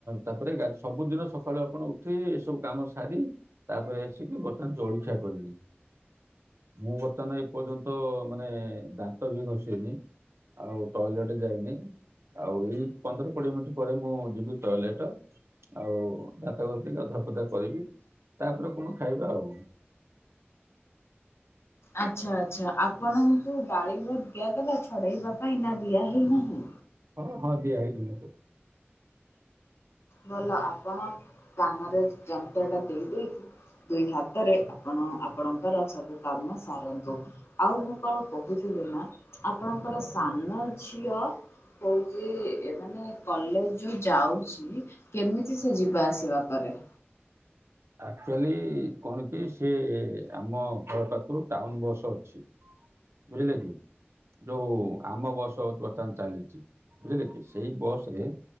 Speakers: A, on the right; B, on the left.
A: ତା ପରେ ଗା ସବୁଦିନ ସ ସକାଳୁ ଆପଣ ଉଠି ଏସବୁ କାମ ସାରି ତା ପରେ ଆସିକି ବର୍ତ୍ତମାନ ଜଳଖିଆ କଲେଣି। ମୁଁ ବର୍ତ୍ତମାନ୍ ଏପର୍ଯ୍ୟନ୍ତ ମାନେ ଦାନ୍ତ ବି ଘସିନି। ଆଉ ଟଏଲେଟ୍ ଯାଉନି ଆଉ ଏଇ ପନ୍ଦର କୋଡିଏ ମିନିଟ୍ ପରେ ମୁଁ ଯିବି ଟଏଲେଟ। ଆଉ ଦାନ୍ତ ଘସି ଗାଧୁଆ ପାଧୁଆ କରିବି ତା ପରେ କଣ ଖାଇବା ଆଉ।
B: ଆଚ୍ଛା ଆଚ୍ଛା ଆପଣଙ୍କୁ ଡାଳିିମ୍ୱ ଦିଆଗଲା ଛଡେଇବା ପାଇଁ ନା ଦିଆହେଇନାହିଁ?
A: ହଁ ହଁ ଦିଆ ହେଇଚି ମତେ।
B: ଭଲ ଆପଣ କାନରେ ଯନ୍ତ୍ରଟା ଦେଇଦେଇକି ଦୁଇ ହାତରେ ଆପଣ ଆପଣଙ୍କର ସବୁ କାମ ସାରନ୍ତୁ ଆଉ ମୁଁ କଣ କହୁଥିଲି ନା ଆପଣଙ୍କର ସାନ ଝିଅ କହୁଚି ମାନେ କଲେଜ ଯୋଉ ଯାଉଚି କେମିତି ସେ ଯିବା ଆସିବା କରେ?
A: ଆକ୍ଚୁଆଲି କଣ କି ସେ ଆମ ଘର ପାଖୁରୁ ଟାଉନ ବସ୍ ଅଛି। ବୁଝିଲେ କି? ଯୋଉ ଆମ ବସ ବର୍ତ୍ତମାନ ଚାଲିଚି ବୁଝିଲେ କି ସେଇ ବସ ରେ